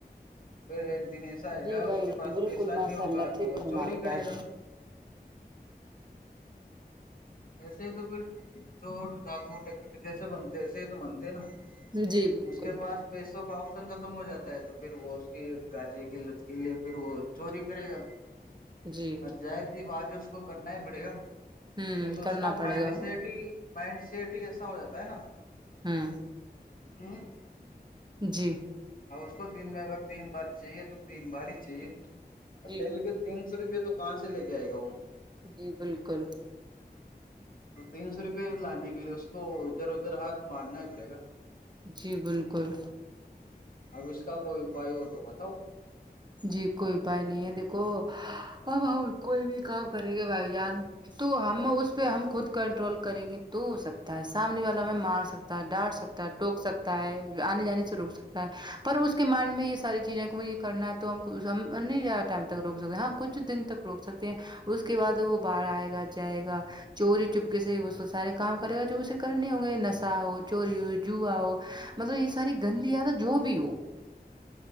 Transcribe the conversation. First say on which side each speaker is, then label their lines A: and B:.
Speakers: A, on the left; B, on the right.
A: پھر ایک دن ایسا
B: جی
A: آئے گا
B: بھائی
A: اس کے
B: جان
A: پاس
B: بالکل
A: پیسہ
B: ماشاء
A: نہیں ہوگا
B: اللہ ٹھیک
A: تو وہ
B: فرما
A: چوری
B: رہے
A: کرے
B: آپ
A: گا ایسے ہی تو پھر چور ڈاکو جیسے بنتے ایسے ہی تو بنتے نا
B: جی بک
A: اس کے پاس پیسوں کا آپشن ختم ہو جاتا ہے تو پھر وہ اس کی گانجے کی لت کے لیے پھر وہ چوری کرے گا
B: جی
A: اور ظاہر سی بات ہے اس کو کرنا ہی پڑے گا
B: ہوں
A: کیونکہ
B: کرنا
A: اس کا
B: پڑے
A: مائنڈ
B: گا
A: سیٹ ہی مائنڈ سیٹ ہی ایسا ہو جاتا ہے نا
B: ہممم
A: ہمم
B: جی
A: ہاں اس کو دن میں اگر تین بار چاہیے تو تین بار ہی چاہیے
B: جی
A: دن کے تین سو روپے تو کہاں سے لے کے آئے گا وہ
B: جی بالکل
A: تو تین سو روپے لانے کے لیے اس کو ادھر ادھر ہاتھ مارنا ہی پڑے گا
B: جی بالکل
A: اب اس کا کوئی اپائے ہو تو بتاؤ
B: جی کوئی اپائے نہیں ہے دیکھو ہاؤ ہاؤ اب کوئی بھی کام کرے گے بھائی جان تو ہم اس پہ ہم خود کنٹرول کریں گے تو ہو سکتا ہے سامنے والا ہمیں مار سکتا ہے ڈانٹ سکتا ہے ٹوک سکتا تا ہے آنے جانے سے روک سکتا ہے پر اس کے مائنڈ میں یہ ساری چیزیں کو یہ کرنا تو ہم کو ہم نہیں زیادہ ٹائم تک روک سکتے ہاں کچھ دن تک روک سکتے ہیں اس کے بعد وہ باہر آئے گا جائے گا چوری چپکے سے وہ سارے کام کرے گا جو اسے کرنے ہوں گے نشا ہو چوری ہو جوا ہو مطلب یہ ساری گندی عادت جو بھی ہو